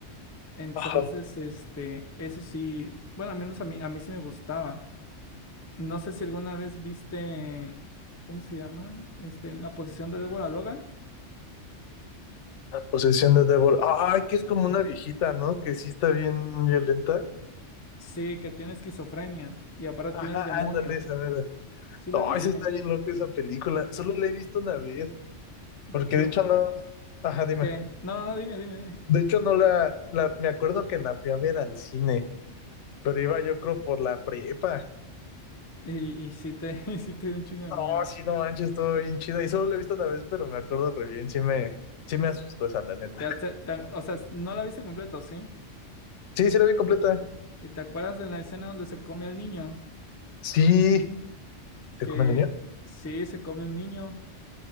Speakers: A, on the left; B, on the left.
A: Entonces,
B: ajá.
A: este, eso sí, bueno, al menos a mí, a mí sí me gustaba. No sé si alguna vez viste, ¿cómo se llama? Este, en la posesión de Deborah Logan.
B: La posesión de Débora. Ay, que es como una viejita, ¿no? Que sí está bien violenta.
A: Sí, que tiene esquizofrenia y aparte
B: Ajá,
A: tiene el demonio.
B: ándale, esa verdad.
A: ¿Sí
B: No,
A: la viste?
B: eso está bien loco esa película. Solo la he visto una vez,
A: Yo,
B: porque de hecho no. Ajá, dime.
A: ¿qué? No, no, dime, dime, dime.
B: De hecho no la, la- Me acuerdo que la fui a ver al cine, pero iba yo creo por la prepa.
A: Y, y sí te, <laughs> y sí te dio un chingo de
B: No,
A: miedo.
B: sí, no manches, estuvo bien chida. Y solo la he visto una vez, pero me acuerdo re bien. Sí me, sí me asustó esa, la neta.
A: Te, hace- te- o sea, no la viste completo, ¿sí?
B: Sí, sí la vi completa.
A: ¿Y te acuerdas de la escena donde se come al niño?
B: Sí. ¿Se
A: Que
B: come el niño?
A: sí, se come un niño,